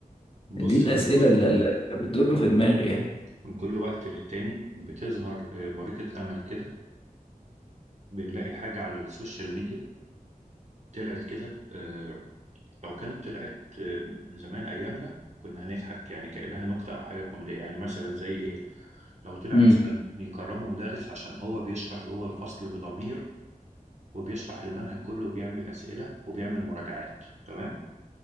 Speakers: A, on the right; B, on the left.
A: بص
B: دي الأسئلة
A: من كل
B: اللي, اللي بتدور في دماغي يعني
A: من كل وقت للتاني بتظهر آه، بريقة امل كده بنلاقي حاجة على السوشيال ميديا طلعت كده آه، لو كانت طلعت آه، من زمان ايامنا كنا هنضحك يعني كأنها نكتة او حاجة كوميدية يعني مثلا زي ايه لو طلع
B: مم.
A: مثلا يكرموا مدرس عشان هو بيشرح جوه الفصل بضمير وبيشرح المنهج كله وبيعمل أسئلة وبيعمل مراجعات تمام